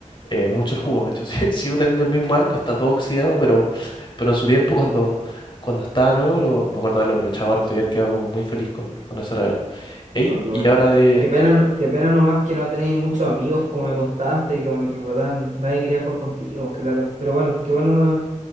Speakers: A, on the left (about 40°); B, on the right (about 70°).
A: eh, mucho el jugo. De hecho, <laughs> sí, sigo teniendo el mismo arco, está todo oxidado, pero, pero en su tiempo cuando, cuando estaba nuevo lo, me acuerdo de haberlo aprovechado harto y haber quedado como muy feliz con, con ese regalo. Ey,
B: No, qué buena.
A: y ahora de,
B: Qué pena,
A: de-
B: no- qué pena nomás que no tenéis muchos amigos, como me contaste, y como que en verdad nadie quería jugar contigo, claro. Pero bueno, qué bueno